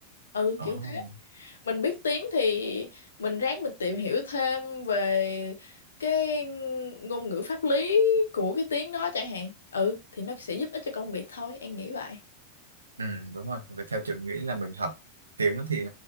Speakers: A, on the left; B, on the right.
A: ừ
B: Đó.
A: kiểu thế mình biết tiếng thì mình ráng mình tìm hiểu thêm về cái ngôn ngữ pháp lý của cái tiếng đó chẳng hạn ừ thì nó sẽ giúp ích cho công việc thôi An nghĩ vậy
B: Ừ, đúng rồi. Và theo trường nghĩ là mình học tiếng thì